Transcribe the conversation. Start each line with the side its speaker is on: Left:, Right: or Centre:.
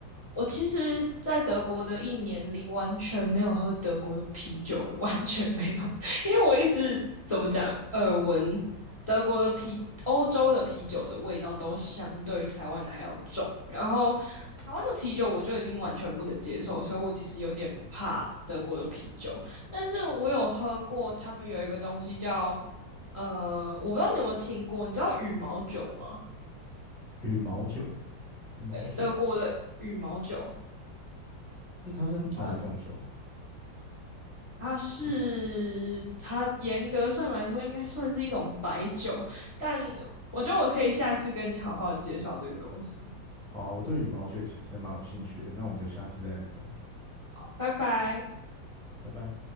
Left: 我其实，在德国的一年里，完全没有喝德国的啤酒，完全没有，<laughs> 因为我一直怎么讲，耳闻德国的啤、欧洲的啤酒的味道都相对于台湾的还要重，然后台湾的啤酒我就已经完全不能接受，所以我其实有点怕德国的啤酒，但是我有喝过他们有一个东西叫，呃，我不知道你有没有听过，你知道羽毛酒吗？
Centre: 羽毛酒，羽毛酒
Left: 德国的羽毛酒。
Centre: 是它是哪一种酒啊
Left: 哦，它是它严格上来说应该算是一种白酒，
Centre: 其实
Left: 但我觉得我可以下一次跟你好好地介绍这个东西。
Centre: 好啊，我对羽毛酒其实蛮有兴趣的，那我们就下次再聊了。
Left: 拜拜。
Centre: 好，拜拜。